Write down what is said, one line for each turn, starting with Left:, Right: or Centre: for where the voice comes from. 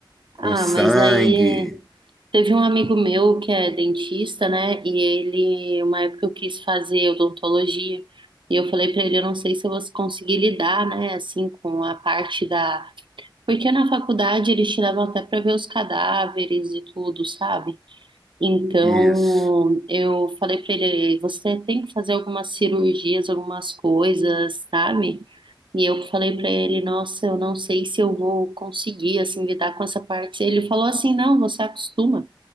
Centre: Com
Right: Ah,
Centre: sangue,
Right: mas aí. Teve um amigo meu que é dentista, né? E ele, uma época eu quis fazer odontologia. E eu falei pra ele, eu não sei se eu vou conseguir lidar, né, assim, com a parte da. Porque na faculdade eles te levam até pra ver os cadáveres e tudo, sabe? Então,
Centre: isso.
Right: eu falei pra ele, você tem que fazer algumas cirurgias, algumas coisas, sabe? E eu falei pra ele, nossa, eu não sei se eu vou conseguir, assim, lidar com essa parte. Ele falou assim, não, você acostuma.